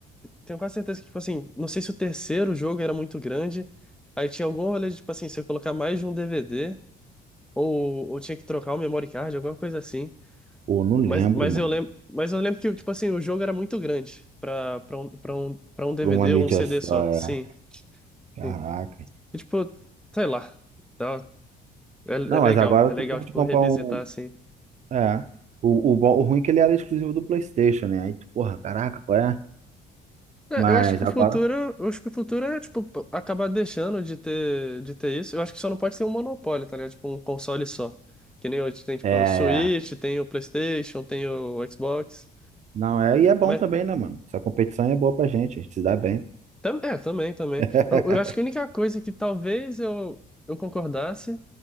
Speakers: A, in the centre; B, on the right.
A: Tenho quase certeza que, tipo assim, não sei se o terceiro jogo era muito grande, aí tinha algum rolê de, tipo assim, se eu colocar mais de um DVD, ou, ou tinha que trocar o memory card, alguma coisa assim.
B: Pô, não lembro,
A: Mas, mas
B: mano.
A: eu lembro, mas eu lembro que, tipo assim, o jogo era muito grande pra, pra um, pra um, pra um DVD
B: Por uma mídia
A: ou um CD
B: só,
A: só.
B: é.
A: Sim,
B: Caraca.
A: sim. E, tipo, sei lá. Tá, é, é
B: Não,
A: legal,
B: mas agora
A: é
B: tu
A: legal,
B: pode
A: tipo,
B: comprar
A: revisitar,
B: um.
A: assim.
B: É. O, o, bom- o ruim é que ele era exclusivo do PlayStation, né? Aí tu, porra, caraca, qual é?
A: É,
B: Mas
A: eu acho que
B: agora.
A: o futuro, eu acho que o futuro é, tipo, p- acabar deixando de ter, de ter isso. Eu acho que só não pode ter um monopólio, tá ligado? Tipo, um console só. Que nem hoje tem, tipo,
B: É.
A: o Switch, tem o PlayStation, tem o Xbox.
B: Não, é. E é bom
A: Mas
B: também, né, mano? Essa competição é boa pra gente. A gente se dá bem.
A: Tam- É, também, também.
B: <laughs>
A: Eu, eu acho que a única coisa que talvez eu, eu concordasse